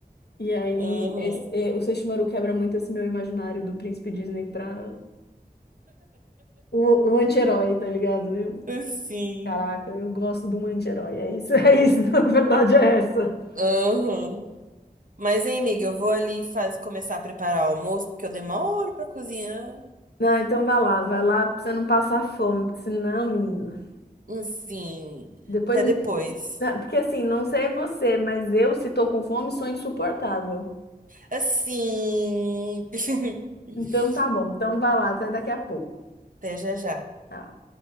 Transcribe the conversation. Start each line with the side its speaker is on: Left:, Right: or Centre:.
Left: E aí,
Right: aham.
Left: esse, eh, o Sesshomaru quebra muito esse meu imaginário do príncipe Disney pra o, o anti-herói, tá ligado? Eu,
Right: Sim.
Left: Caraca, eu gosto do um anti-herói. É isso, é isso. <laughs> A verdade é essa.
Right: Aham. Mas, hein, amiga, eu vou ali faz, começar a preparar o almoço, porque eu demoro pra cozinhar.
Left: Não, então vai lá, vai lá pra você não passar fome, porque senão, menina.
Right: Sim.
Left: Depois.
Right: Até
Left: me-
Right: depois.
Left: Não, Porque assim, não sei você, mas eu, se tô com fome, sou insuportável.
Right: Assim. <laughs>
Left: Então tá bom, então vai lá, até daqui a pouco.
Right: Até já já.
Left: Tchau.